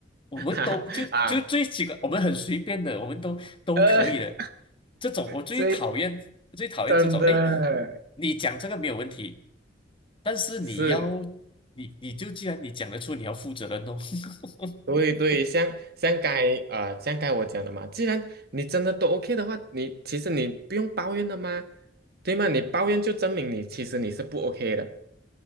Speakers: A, on the left; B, on the right.
A: 我们都就就最几个，
B: <laughs> 哈哈啊，
A: 我们很随便的，我们都都可以的。
B: 呃，
A: 这种我最讨厌，
B: 所以
A: 最讨厌这种。
B: 真的
A: 诶，你讲这个没有问题，但是你要
B: 是。
A: 你你就既然你讲得出，你要负责任哦。<laughs>
B: 对对，像像该呃，啊像该我讲的嘛，既然你真的都 OK 的话，你其实你不用抱怨的嘛，对吗？你抱怨就证明你其实你是不 OK 的，